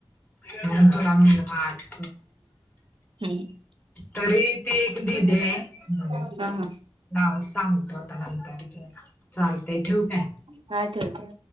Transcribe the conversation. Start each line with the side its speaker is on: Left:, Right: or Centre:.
Left: म्हणून तुला म्हणलं वाच.
Right: हम्
Left: तरी ती एक दिध आहे.
Right: हां हां
Left: लावून सांगतो आता नंतरच्या हेलो चालतय ठेवू काय.
Right: काय करते.